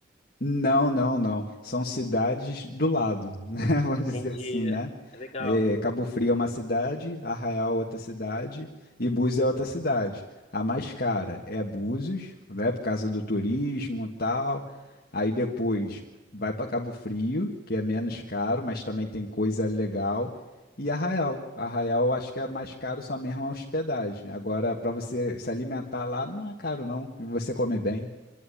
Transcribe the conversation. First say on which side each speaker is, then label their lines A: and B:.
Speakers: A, on the left; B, on the left.
A: Não, não, não. São cidades do lado, <laughs> né?
B: <laughs>
A: Vamos
B: Entendi,
A: dizer assim, né?
B: né? É legal.
A: É, Cabo Frio é uma cidade, Arraial é outra cidade e Búzios é outra cidade. A mais cara é Búzios, né? Por causa do turismo e tal. Aí depois vai para Cabo Frio, que é menos caro, mas também tem coisa legal. E Arraial. Arraial eu acho que é mais caro só mesmo a hospedagem. Agora, para você se alimentar lá, não é caro, não. E você come bem.